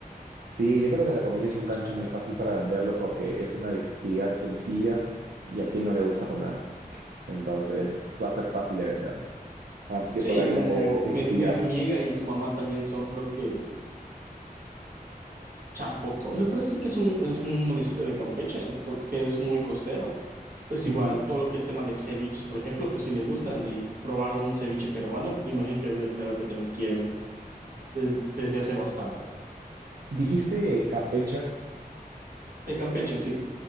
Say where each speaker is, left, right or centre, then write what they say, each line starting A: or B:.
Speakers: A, on the right; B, on the right.
A: Sí, yo creo que la comida es un gancho muy fácil para venderlo porque es una actividad sencilla y a quien no le gusta comer. Entonces va a ser fácil de vender. Así que
B: Sí,
A: por ahí
B: como
A: las debes, las tienes
B: mi,
A: que pillar.
B: mis amiga y su mamá también son, creo que Champotón, me parece que es un, es un municipio de Campeche, ento- que es muy costero. Pues
A: Ujú.
B: igual, todo lo que es tema de ceviches, por ejemplo, pues si les gustan y probar un ceviche peruano, me imagino que debe ser algo que también quieren des- desde hace bastante.
A: Dijiste Campecha,
B: De Campeche, sí.